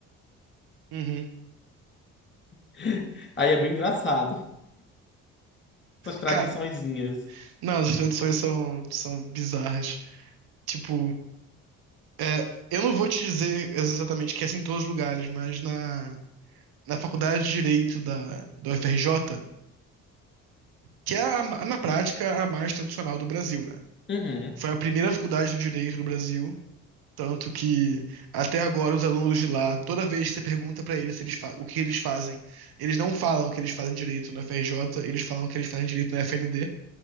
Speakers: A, on the right; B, on the left.
A: Uhum.
B: <laughs> Aí é bem engraçado. Essas tradiçõezinhas.
A: Cara, Não, as traduções são, são bizarras. Tipo, é, eu não vou te dizer exatamente que é assim em todos os lugares, mas na, na Faculdade de Direito da, do FRJ, que é, a ma- na prática, a mais tradicional do Brasil, né?
B: Uhum.
A: Foi a primeira faculdade do direito do Brasil, tanto que até agora os alunos de lá, toda vez que você pergunta pra eles, se eles fa- o que eles fazem, eles não falam que eles fazem direito na FRJ, eles falam que eles fazem direito na FND,